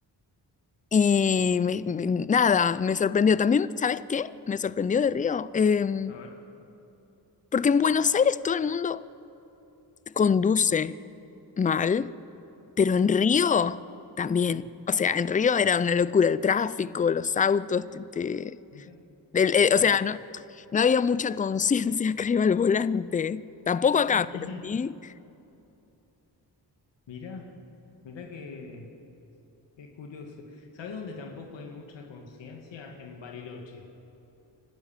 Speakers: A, on the left; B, on the left.
A: y me- me- nada, me sorprendió. También, ¿sabes qué? Me sorprendió de Río. Eh,
B: a ver,
A: porque en Buenos Aires todo el mundo conduce mal, pero en Río también.
B: mm,
A: O sea, en Río era una locura el tráfico, los autos, te- te-
B: mira,
A: el- eh, o
B: en
A: sea,
B: serio.
A: no, no había mucha conciencia, <laughs> creo, al volante. Tampoco acá,
B: <laughs>
A: pero sí.
B: Mira, mira que, qué curioso. ¿Sabés dónde tampoco hay mucha conciencia? En Bariloche.